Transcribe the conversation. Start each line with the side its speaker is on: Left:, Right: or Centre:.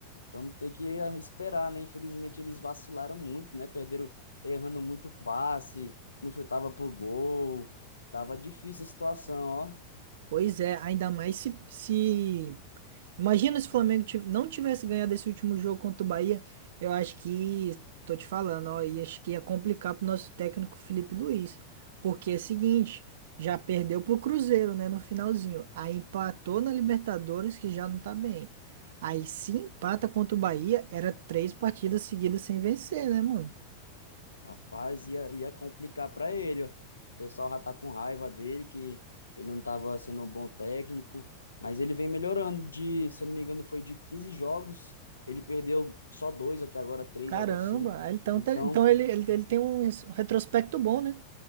Left: vamos ter que eh, esperar, né? Infelizmente eles vacilaram muito, né? Perderam errando muito passe, não chutava pro gol. Tava difícil a situação, ó.
Right: Pois é, ainda mais se, se Imagina se o Flamengo tiv- não tivesse ganhado esse último jogo contra o Bahia. Eu acho que, tô te falando, ó, e acho que ia complicar pro nosso técnico Felipe Luiz. Porque é o seguinte, já perdeu pro Cruzeiro, né, no finalzinho. Aí empatou na Libertadores, que já não tá bem. Aí se empata contra o Bahia, era três partidas seguidas sem vencer, né, mano?
Left: Rapaz, ia, ia complicar para ele. ó. O pessoal já tá com raiva dele, que ele não tava sendo um bom técnico, mas ele vem melhorando de, se eu não me engano, foi de 15 jogos, ele perdeu só dois até agora, três,
Right: Caramba,
Left: algo assim.
Right: aí então,
Left: Então,
Right: tá- então ele, ele, ele tem um retrospecto bom, né?